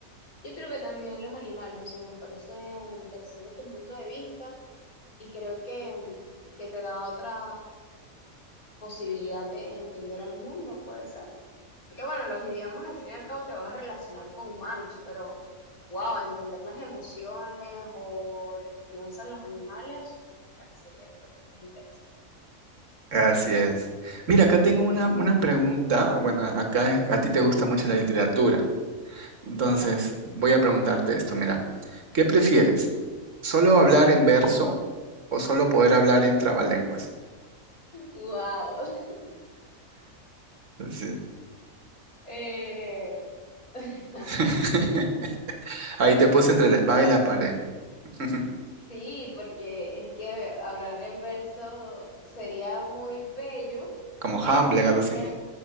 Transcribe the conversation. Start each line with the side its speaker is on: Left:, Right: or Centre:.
Left: Yo creo que también los animales, o sea, me parece interesante tu punto de vista y creo que, mm, que te da otra posibilidad de entender al mundo, puede ser. Porque bueno, los idiomas al fin y al cabo te vas a relacionar con humanos, pero wow, entender las emociones o lo que piensan los animales me parecería creo que más interesante.
Right: Así es. Mira, acá tengo una, una pregunta. Bueno, acá eh, a ti te gusta mucho la literatura. Entonces,
Left: Ujú.
Right: voy a preguntarte esto, mira, ¿qué prefieres? ¿Solo hablar en verso o solo poder hablar en trabalenguas?
Left: Wow. <laughs>
Right: Sí.
Left: Eh, <laughs>
Right: <laughs> Ahí te puse entre la espada y la pared, <laughs>
Left: sí, porque es que hablar en verso sería muy bello,
Right: como
Left: pero
Right: Hamlet,
Left: creo que
Right: algo
Left: sería,
Right: así.